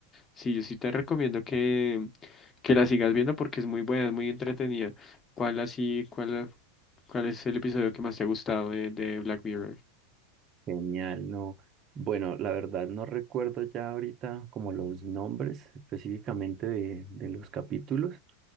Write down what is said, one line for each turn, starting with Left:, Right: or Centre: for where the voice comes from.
Left: Sí, yo sí te recomiendo que, que la sigas viendo porque es muy buena, es muy entretenida. ¿Cuál así, cuál, cuál es el episodio que más te ha gustado de, de Black Mirror?
Right: Genial, no. Bueno, la verdad no recuerdo ya ahorita como los nombres específicamente de, de los capítulos.